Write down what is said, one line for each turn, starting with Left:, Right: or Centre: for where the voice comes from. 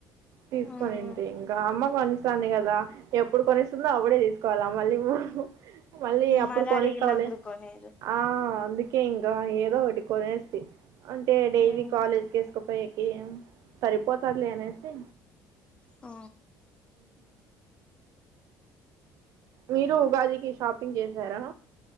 Right: తీసుకొని
Left: ఉమ్
Right: ఉంటి ఇంకా అమ్మ కొనిస్తంది కదా ఎప్పుడు కొనిస్తుందో అప్పుడే తీసుకోవాలా మళ్ళీ మళ్ళీ అప్పుడు
Left: మరి
Right: కొనిస్తావులే
Left: అడిగినప్పుడు కొనేరు
Right: ఆ అందుకే ఇంకా ఏదో ఒకటి కొనేస్త అంటే డైలీ
Left: ఉమ్
Right: కాలేజ్ కేసుక పోయేకి సరిపోతాదిలే అనేసి
Left: ఆ
Right: మీరు ఉగాదికి షాపింగ్ చేసారా